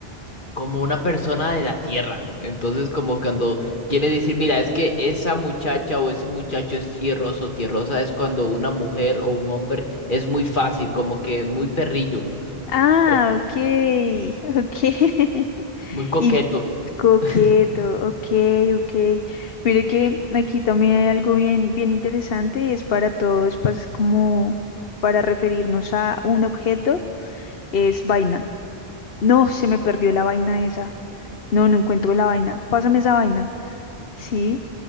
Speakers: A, on the left; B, on the left.
A: como una persona de la tierra. Entonces, como cuando quiere decir, mira, es que esa muchacha o ese muchacho es tierroso, tierrosa es cuando una mujer o un hombre es muy fácil, como que muy perrillo.
B: Ah,
A: O-
B: ok, ok. <laughs>
A: muy coquetos.
B: Y coqueto,
A: <laughs>
B: ok, ok. Mire que aquí también hay algo bien, bien interesante y es para todo, es pas- como para referirnos a un objeto, es vaina. No, se me perdió la vaina esa. No, no encuentro la vaina. Pásame esa vaina. Sí,